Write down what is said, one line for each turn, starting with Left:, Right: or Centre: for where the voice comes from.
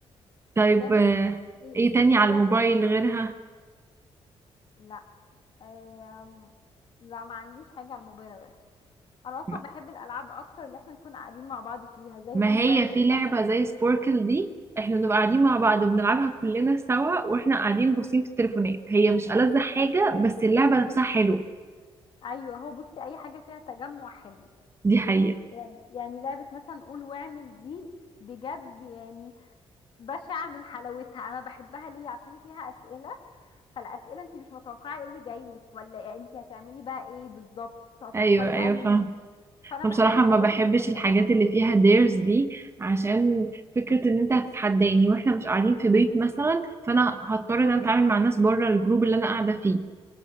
Right: طيب
Left: ولعبة
Right: آه،
Left: في
Right: ايه تاني
Left: في
Right: على
Left: لعبة
Right: الموبايل غيرها
Left: لا آم، لا ما عنديش حاجة على الموبايل غيرها انا اصلا
Right: م-
Left: بحب الالعاب اكتر اللي احنا نكون قاعدين مع بعض فيها زي
Right: ما
Left: قول
Right: هي
Left: واعمل
Right: في لعبة
Left: مثلا
Right: زي سبوركل دي احنا بنبقى قاعدين مع بعض وبنلعبها كلنا سوا واحنا قاعدين باصين في التليفونات هي مش ألذ حاجة بس اللعبة نفسها حلوة
Left: ايوه هو بصي اي حاجه فيها تجمع حلو
Right: دي حقيقة
Left: يعني يعني لعبه مثلا قول واعمل دي بجد يعني بشعه من حلاوتها انا بحبها ليه عشان فيها اسئله فالاسئله انت مش متوقعه ايه اللي جاي لك ولا انت هتعملي بقى ايه بالظبط هتختاري
Right: ايوه ايوه
Left: انهي
Right: فاهم
Left: فانا
Right: انا
Left: بحب
Right: بصراحه
Left: الحاجات
Right: ما بحبش
Left: المفاجئات
Right: الحاجات اللي فيها ديرز دي عشان فكره ان انت هتتحداني واحنا مش قاعدين في بيت مثلا فانا هضطر ان انا اتعامل مع ناس بره الجروب اللي انا قاعده فيه